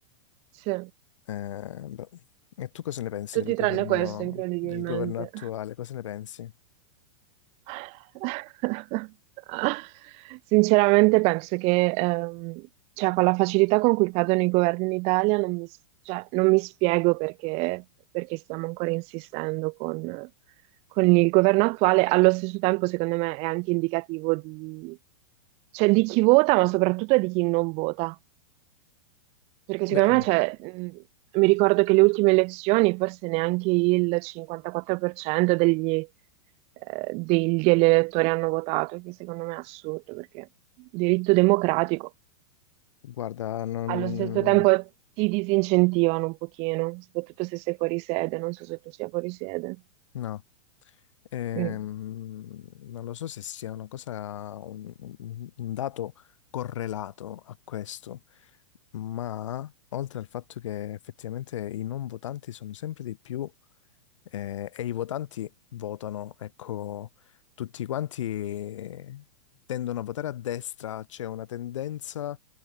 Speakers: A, on the right; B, on the left.
A: Sì,
B: Eh, beh, E tu cosa ne pensi
A: tutti
B: del governo,
A: tranne questo, incredibilmente.
B: del governo attuale? Cosa ne pensi?
A: <laughs> Sinceramente penso che ehm, cioè, con la facilità con cui cadono i governi in Italia non mi, s- cioè, non mi spiego perché, perché stiamo ancora insistendo con, con il governo attuale. Allo stesso tempo, secondo me, è anche indicativo di, cioè, di chi vota, ma soprattutto di chi non vota. Perché
B: Beh,
A: secondo me, cioè, mh, mi ricordo che le ultime elezioni forse neanche il 54% degli, eh, degli elettori hanno votato, che secondo me è assurdo, perché diritto democratico
B: guarda, non...
A: allo stesso tempo ti disincentivano un pochino, soprattutto se sei fuori sede, non so se tu sia fuori sede.
B: no. Ehm,
A: Mm,
B: non lo so se sia una cosa, un, un- un dato correlato a questo, ma oltre al fatto che effettivamente i non votanti sono sempre di più, eh, e i votanti votano, ecco, tutti quanti tendono a votare a destra, c'è una tendenza